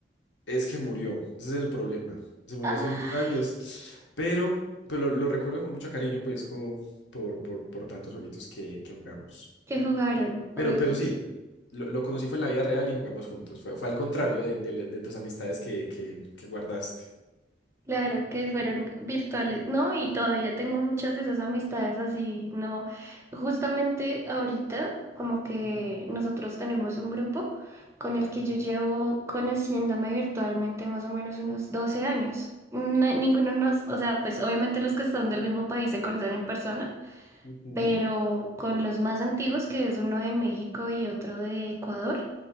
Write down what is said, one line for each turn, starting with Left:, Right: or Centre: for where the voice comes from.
Left: es que murió, ese es el problema. Se murió
Right: Ah,
Left: hace unos años, pero, pero lo, lo recuerdo con mucho cariño, pues como por, por, por tantos jueguitos que, que jugamos.
Right: que jugaron.
Left: Pero,
Right: Ay,
Left: pero
Right: qué
Left: sí,
Right: ch-
Left: lo, lo conocí fue en la vida real y jugamos juntos. Fue, fue al contrario de, de- de tus amistades que, que, que guardaste.
Right: claro, que fueron virtuales.
Left: Sí.
Right: No, y todavía tengo muchas de esas amistades así, no. Justamente ahorita, como que
Left: Ujú,
Right: nosotros tenemos un grupo con el que
Left: ujú.
Right: yo llevo conociéndome virtualmente más o menos unos 12 años. No- ninguno nos, o sea, pues obviamente los que están del mismo país se conocen en persona,
Left: Ujú,
Right: pero con los más antiguos, que es uno de México y otro de Ecuador.